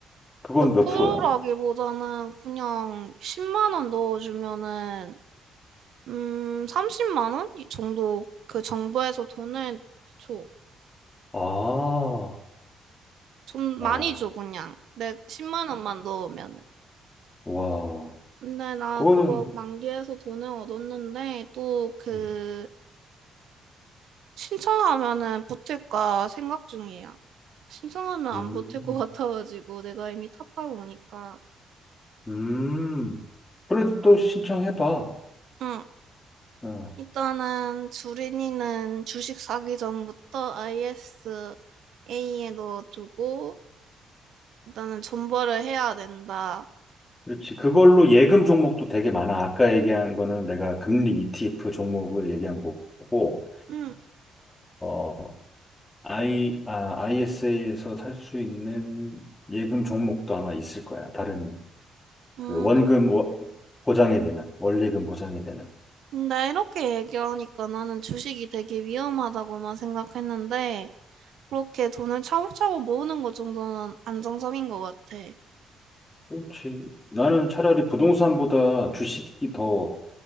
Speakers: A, on the left; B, on the right.
A: 그건
B: 몇
A: 몇
B: 프로라기보다는
A: 프로야?
B: 그냥 10만 원 넣어주면은 음 30만 원? 이 정도 그 정부에서 돈을 줘.
A: 아,
B: 좀 많이
A: 야.
B: 줘 그냥. 내 10만 원만 넣으면은.
A: 와,
B: 근데 나
A: 그거는,
B: 그거 만기해서 돈을 얻었는데 또 그
A: 음,
B: 신청하면은 붙을까 생각 중이야. 신청하면
A: 음,
B: 안 붙을 것 같아가지고 내가 이미 탔다 보니까.
A: 음. 그래도 또
B: 응.
A: 신청해봐.
B: 응.
A: 어.
B: 일단은 주린이는 주식 사기 전부터 ISA에 넣어두고 일단은 존버를 해야 된다.
A: 그렇지. 그걸로 예금 종목도 되게 많아. 아까 얘기한 거는 내가 금리 ETF 종목을 얘기한 거고,
B: 응,
A: 어, I, 아, ISA에서 살 수 있는 예금 종목도 아마 있을 거야. 다른,
B: 음,
A: 그 원금 워- 보장이 되나, 원리금 보장이 되나.
B: 나 이렇게 얘기하니까 나는 주식이 되게 위험하다고만 생각했는데 그렇게 돈을 차곡차곡 모으는 것 정도는 안정적인 것 같아.
A: 그렇지. 나는 차라리 부동산보다 주식이 더